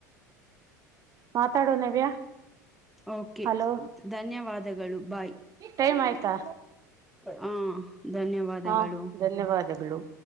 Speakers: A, on the right (about 35°); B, in the centre.
A: ಮಾತಾಡುವ ನವ್ಯಾ
B: ಓಕೆ.
A: ಹಲೋ
B: ಧನ್ಯವಾದಗಳು ಬಾಯ್
A: ಟೈಮ್ ಆಯ್ತಾ
B: ಹಾ ಧನ್ಯವಾದಗಳು
A: ಹಾಂ ಧನ್ಯವಾದಗಳು